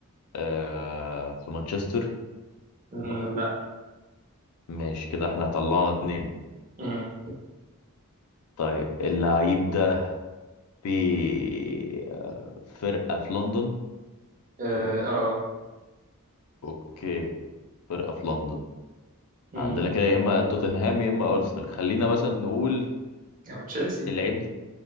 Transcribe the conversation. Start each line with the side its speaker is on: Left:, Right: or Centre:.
Left: آه في مانشستر
Right: أمم، لا
Left: ماشي كده احنا طلعنا اتنين
Right: أمم،
Left: طيب اللعيب ده في آه، فرقة في لندن
Right: اه آه.
Left: اوكي فرقة في لندن
Right: أمم،
Left: عندنا كده يا اما توتنهام يا اما ارسنال خلينا مثلا نقول
Right: أو تشيلسي
Left: اللعيب